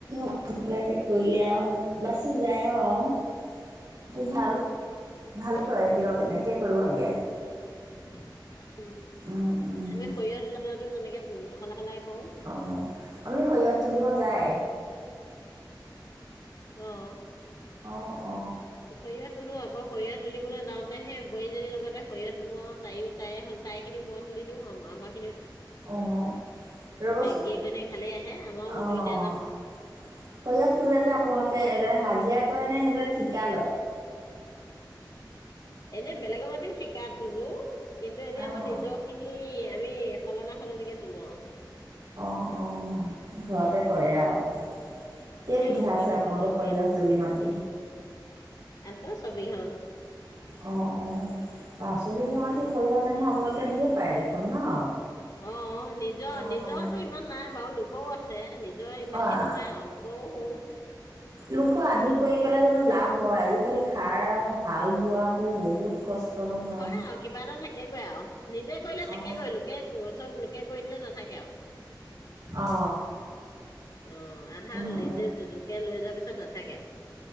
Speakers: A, on the right; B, on the left.
A: বিলাকে কৰিলে আৰু বাচি যায় আৰু আৰু সেইটো ভাল। ভাল পোৱাই দিয়ক, তেনেকে কবাৰগ <unintelligible>
B: <unintelligible>
A: উ', উম,
B: আমি সৰিয়হ তোলা দিনতো তেনেকে সলাই সলাই কৰো
A: অ, আপুনি সৰিয়হত তুলিব যায়?
B: অহ।
A: অ। অ।
B: সৰিয়হ তোলো, আকৌ সৰিয়হ তুলিবলৈ যাওঁতেহে বোৱাৰীজনীৰ লগতে সৰিয়হ তোলো, আৰু তাইয়ো-তাই-তাই খিনি মই তুলি দিওঁ‌ আৰু আ-আমাক
A: অ', ৰ'বচোন,
B: গিৰিয়েক ঘৈণীয়েক ভালেই আহে আমাৰো
A: অ',
B: দুইটা যাওঁ
A: সৰিয়হ তোলে যে, আপোনালোকে এ হাজিৰা কৰেনে, সেইবিলাক ঠিকা লয়?
B: এনেই বেলেগৰ মাটিও ঠিকাত <unintelligible> কিন্তু এনেই,
A: অঁ
B: আমাৰ নিজৰখিনি আমি সলনা, সলনিকে তোলোঁ আৰু।
A: অ', অ', ঘৰতে কৰে আৰু কেইবিঘা
B: উম অ
A: আছে
B: ঘৰতে
A: আপোনালোকৰ
B: তোলো আমি
A: সৰিয়হ
B: আৰু
A: তলি মাটি?
B: আছে ছবিঘা মান
A: অ', অ', বা ছবিঘা মাটি সৰিয়হ তেনেহ'লে আপোনালোকে ধেৰ পায় দেখোন ন?
B: অ', নিজৰ,
A: অঁ
B: নিজৰটো ইমান নাই বাৰু, লোকও আছ চে, নিজ নিজৰে ইমানখিনি
A: অঁ
B: নহয়, আৰু লোকৰো কৰোঁ।
A: লোকৰ আধি কৰি পেলাই জানো লাভ হয়? আজিকালি সাৰ হাল বোৱাবোৰ বহুত কষ্ট নহয়
B: হয়, আৰু কিবা এটা থাকেগৈ আৰু নিজে কৰিলে
A: অঁ
B: থাকেগৈ লোকে চব লোকে কৰি দিলে নাথাকে আৰু।
A: অঁ
B: অ', আধা
A: অঁ
B: নিজে লোকে লৈ যোৱাৰ পিছত নাথাকে আৰু।